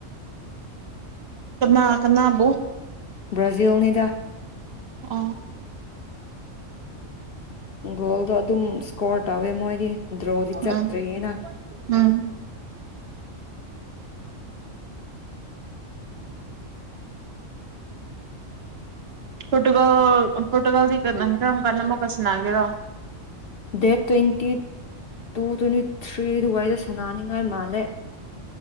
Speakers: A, on the right (about 55°); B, on the left (about 55°).
A: ꯀꯅꯥ ꯀꯅꯥꯕꯣ
B: ꯭ꯔꯥꯖꯤꯜꯅꯤꯗ
A: ꯑ
B: ꯒꯣꯜꯗꯣ ꯑꯗꯨꯝ ꯏꯁꯀꯣꯔ ꯇꯧꯋꯦ ꯃꯣꯏꯗꯤ ꯗ꯭ꯔꯣꯗꯤ ꯆꯠꯇ꯭ꯔꯤꯌꯦꯅ
A: ꯎꯝ ꯎꯝ ꯄꯣꯔꯇꯨꯒꯜ ꯄꯣꯔꯇꯨꯒꯜꯗꯤ ꯀꯔꯝ ꯀꯥꯟꯅꯝꯕꯀꯁꯤꯅꯥꯒꯦꯔꯣ
B: date twenty two twenty three ꯑꯗꯨꯋꯥꯏꯗ ꯁꯥꯟꯅꯅꯤꯡꯉꯥꯏ ꯃꯥꯜꯂꯦ